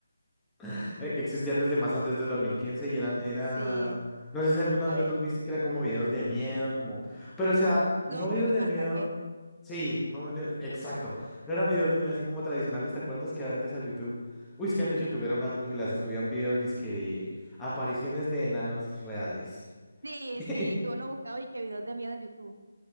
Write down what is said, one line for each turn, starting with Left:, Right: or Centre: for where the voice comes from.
Centre: <laughs> e- existían desde más antes del 2015 y eran, era,
Right: Sí.
Centre: no sé si algunas
Right: A
Centre: veces
Right: ver,
Centre: los viste que eran como videos de miedo, como, pero o sea, no
Right: los
Centre: videos
Right: creepypasta,
Centre: de miedo.
Right: ¿qué?
Centre: Sí, no, no, exacto. No eran videos de miedo así como tradicionales, ¿te acuerdas que antes a YouTube? Uy, es que antes YouTube era una jungla, se subían videos dizque de apariciones de enanos reales.
Right: Sí,
Centre: <laughs>
Right: sí, que uno buscaba y que videos de miedo en YouTube.